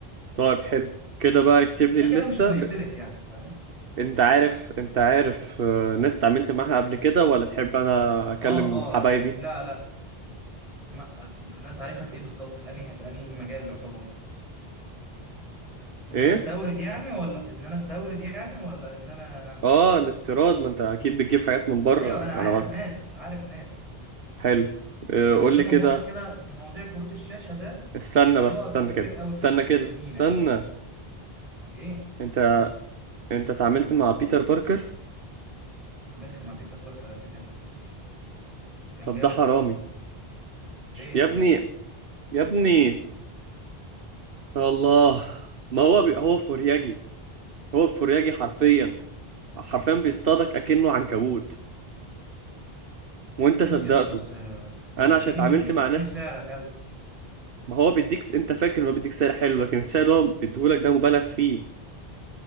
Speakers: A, on the right (about 65°); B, on the right (about 35°).
A: طيب حلو كده بقى اكتب لي
B: وكده
A: الليستة
B: كده مش هنختلف يعني فاهم
A: انت عارف انت عارف آه، ناس اتعاملت معاها قبل كده ولا تحب انا اكلم
B: اه
A: حبايبي
B: اه يعني لا لا ما الناس عارفها في ايه بالظبط في انهي في انهي مجال يعتبر ان
A: ايه
B: انا استورد يعني ولا ان انا استورد يعني ولا ان انا
A: اه الاستيراد
B: ولا
A: ما انت اكيد بتجيب حاجات من بره
B: ايوه انا عارف
A: انا معاك
B: ناس عارف ناس
A: حلو آه،
B: بس
A: قول
B: زي
A: لي
B: ما
A: كده
B: بقول لك كده مواضيع كروت الشاشه ده
A: استنى
B: بيقف
A: بس استنى
B: كتير
A: كده
B: قوي
A: استنى
B: في ال-
A: كده
B: في المينا
A: استنى
B: يعني ايه
A: انت انت اتعاملت مع بيتر باركر
B: عملت مع بيتر باركر قبل كده كان
A: طب
B: جامد
A: ده حرامي
B: قوي ليه
A: يا
B: يا
A: ابني
B: عم
A: يا ابني يا الله ما هو بي... هو فورياجي هو فورياجي حرفيا حرفيا بيصطادك اكنه عنكبوت وانت
B: ماشي
A: صدقته
B: يا اسطى بس آه، بيديني
A: انا عشان اتعاملت
B: بيديني
A: مع ناس
B: سعر حلو
A: ما هو بيديك انت فاكر انه بيديك سعر حلو لكن السعر اللي هو بيديهولك ده مبالغ فيه